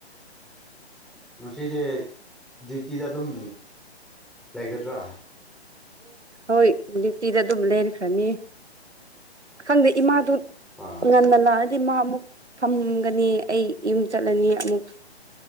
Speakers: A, in the centre; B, on the right (about 85°).
A: ꯉꯁꯤꯗꯤ ꯗꯤꯌꯨꯇꯤꯗ ꯑꯗꯨꯝ ꯂꯩꯒꯗ꯭ꯔꯥ
B: ꯍꯣꯏ ꯗ꯭ꯌꯨꯇꯤꯗ ꯑꯗꯨꯝ ꯂꯦꯟꯈ꯭ꯔꯅꯤ ꯈꯪꯗꯦ ꯏꯃꯥꯗꯨ
A: ꯑꯥ
B: ꯀꯣꯟꯅ ꯂꯛ ꯃꯥ ꯑꯃꯨꯛ ꯐꯝꯒꯅꯤ ꯑꯩ ꯌꯨꯝ ꯆꯠꯂꯅꯤ ꯑꯃꯨꯛ